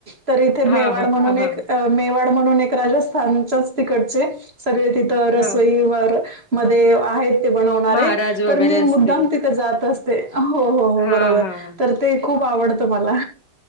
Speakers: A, on the right; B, on the left.
A: तर
B: हा
A: मेवाड
B: हा
A: म्हणून एक
B: हा
A: अ..... मेवाड म्हणून एक राजस्थानच्याच तिकडचे सगळे तिथं
B: हा
A: रसोईवर.... मध्ये आहेत ते बनवणारे
B: महाराज वगैरे
A: तर मी
B: असतील
A: मुद्दाम त ते जात असते हो हो हो
B: हा
A: बरोबर
B: हा
A: तर ते खूप आवडतं मला.